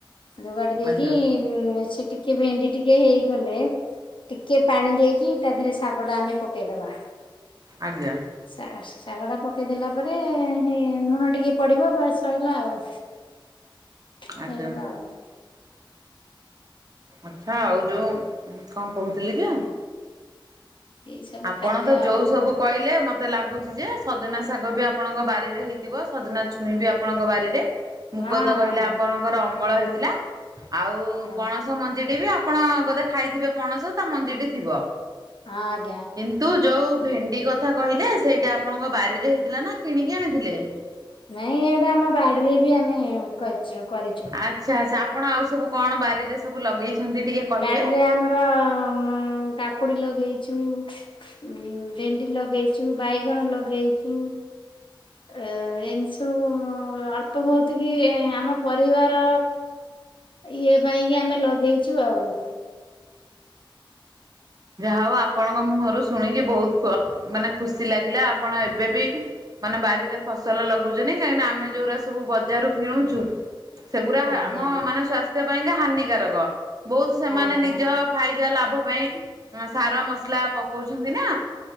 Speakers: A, on the left (about 70°); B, on the right (about 45°).
A: ଯୋଗାଡି ଦେଇକି
B: ଆଜ୍ଞା
A: ସେ ଟିକେ ଭେଣ୍ଡି ଟିକେ ହେଇଗଲେ ଟିକେ ପାଣି ଦେଇକି ତା ଦେହରେ ଶାଗ ଟା ଆମେ ପକେଇଦବା।
B: ଆଜ୍ଞା।
A: ଶା ଶାଗ ଟା ପକେଇଦେଲା ପରେ ହେଇ ଲୁଣ ଟିକେ ପଡ଼ିବ ବାସ୍ ଶଇଲା ଆଉ। ହେଇଗଲା
B: ଆଚ୍ଛା
A: ଆଉ।
B: ଆଚ୍ଛା, ଆଉ ଯୋଉ କଣ କହୁଥିଲି କି
A: ଏଇ ସବୁ
B: ଆପଣ
A: ଖାଦ୍ୟ
B: ତ
A: ଆଉ।
B: ଯୋଉ ସବୁ କହିଲେ ମୋତେ ଲାଗୁଚି ଯେ ସଜନା ଶାଗ ବି ଆପଣଙ୍କ ବାରିରେ ହେଇଥିବ ସଜନା ଛୁଇଁ ବି ଆପଣଙ୍କ ବାରିରେ ମୁଗ
A: ହଁ ହଁ
B: ତ କହିଲେ
A: ହଁ
B: ଆପଣଙ୍କର ଅମଳ ହେଇଥିଲା। ଆଉ
A: ହଁ
B: ପଣସ ମଞ୍ଜିଟି ବି ଆ ଆପଣ ବୋଧେ ଖାଇଥିବେ ପଣସ ତା ମଞ୍ଜିଟି ଥିବ।
A: ହଁ।
B: କିନ୍ତୁ ଯୋଉ ଭେଣ୍ଡି କଥା କହିଲେ ସେଇଟା ଆପଣଙ୍କ ବାରିରେ ହେଇଥିଲା ନା କିଣିକି ଆଣିଥିଲେ?
A: ନାଇଁ ଏଇଟା ଆମ ବାଡ଼ିରେ ବି ଆମେ କରିଚୁ କରିଚୁ।
B: ଆଚ୍ଛା, ଆଚ୍ଛା ଆପଣ ଆଉ ସବୁ କଣ ବାରିରେ ସବୁ ଲଗେଇଛନ୍ତି? ଟିକେ କହିବେ?
A: ବାଡ଼ିରେ ଆମର ଉଁ ମ୍ କାକୁଡ଼ି ଲଗେଇଛୁ। ଉଁ ଭେଣ୍ଡି ଲଗେଇଛୁ, ବାଇଗଣ ଲଗେଇଛୁ। ଏ- ଏମି ସବୁ ଅଳ୍ପ ବହୁତ କି ଆମ ପରିବାର ଇଏ ପାଇଁ କି ଆମେ ଲଗେଇଛୁ ଆଉ।
B: ଯାହା ହଉ ଆପଣଙ୍କ ମୁହଁରୁ ଶୁଣିକି ବହୁତ- ଖ ମାନେ ଖୁସି ଲାଗିଲା ଆପଣ ଏବେ ବି ମାନେ ବାରିରେ ଫସଲ ଲଗୁଛନ୍ତି କାହିଁକି ନା ଆମେ ଯୋଉଟା ସବୁ ବଜାରରୁ କିଣୁଛୁ ସେଗୁଡ଼ା
A: ଆଜ୍ଞା
B: ଆମ ମାନେ ସ୍ଵାସ୍ଥ୍ୟ ପାଇଁକା ହାନିକାରକ ବହୁତ ସେମାନେ
A: ଆଜ୍ଞା
B: ନିଜ ଫାଇଦା ଲାଭ ପାଇଁ ସାର ମସଲା ପକଉଛନ୍ତି ନା।